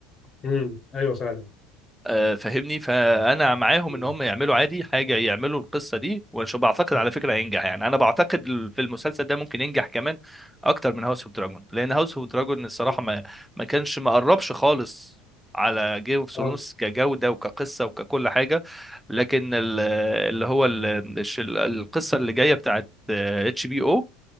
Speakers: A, on the left; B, in the centre.
A: مم. ايوه فعلا
B: آه، فاهمني فانا معاهم
A: مم.
B: ان هم يعملوا عادي حاجه يعملوا القصه دي وشو بعتقد على فكره هينجح يعني انا بعتقد ال- في المسلسل ده ممكن ينجح كمان اكتر من هاوس اوف دراجون لان هاوس اوف دراجون الصراحه
A: مم.
B: ما ما كانش ما قربش خالص على جيم اوف ثرونز
A: اه
B: كجوده وكقصه وككل حاجه لكن ال- اللي هو ال- الش- القصه اللي جايه بتاعت اتش بي او